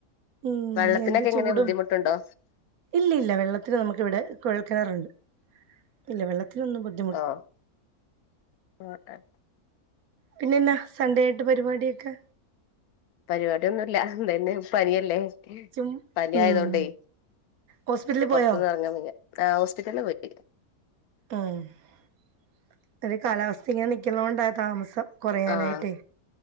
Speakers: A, on the right; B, on the left.
A: ഉം
B: വെള്ളത്തിനൊക്കെ
A: എന്ത്
B: എങ്ങനെ
A: ചൂടും
B: ബുദ്ധിമുട്ടുണ്ടോ
A: ഇല്ല ഇല്ല വെള്ളത്തിന് നമുക്കിവിടെ കുഴൽക്കിണറുണ്ട് ഇല്ല വെള്ളത്തിനൊന്നും ബുദ്ധി
B: ആഹ് ആഹ്
A: പിന്നെന്നാ സൺഡേ ആയിട്ട് പരിപാടിയൊക്കെ
B: പരിപാടി ഒന്നുല്ല ഇതന്നെ പനിയല്ലേ
A: ചും
B: പനി
A: ഉം
B: ആയതോണ്ടേ
A: ഹോസ്പിറ്റലിൽ
B: പുറത്തന്ന്
A: പോയോ
B: ഇറങ്ങാ വയ്യ ആഹ് ഹോസ്പിറ്റലിൽ പോയി
A: ആഹ് ഈ കാലാവസ്ഥങ്ങെനെ നിൽക്കുന്ന കൊണ്ടാ താമസം കുറയാനായിട്ടേ
B: ആഹ്